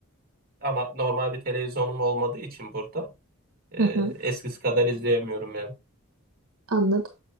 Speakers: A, on the right; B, on the right.
A: Ama normal bir televizyonum olmadığı için burada e,
B: Hı hı.
A: eskisi kadar izleyemiyorum
B: Anladım.